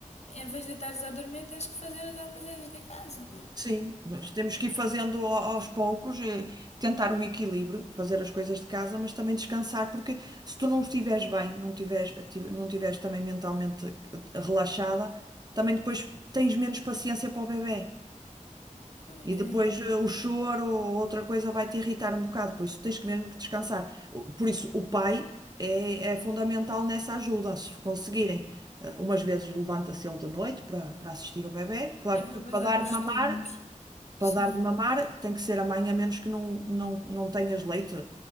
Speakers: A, on the left; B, on the right.
A: em vez de estares a dormir, tens que fazer os afazeres de casa.
B: Sim, nós temos que ir fazendo ao- aos poucos, eh, tentar um equilíbrio, fazer as coisas de casa, mas também descansar, porque se tu não estiveres bem, não tiveres, ati- não tiveres também mentalmente eh, relaxada, também depois tens menos paciência para o bebé.
A: Pois
B: E depois
A: é.
B: eh, o choro ou outra coisa vai te irritar um bocado, por isso tens que mesmo que descansar. O- Por isso o pai é, é fundamental nessa ajuda, se conseguirem. Eh, Umas vezes levanta-se ele de noite para, para assistir o bebé, claro
A: E
B: que
A: revezar
B: para dar
A: os
B: mamar
A: turnos.
B: para
A: Sim.
B: dar de mamar tem que ser a mãe, a menos que não, não, não tenhas leite.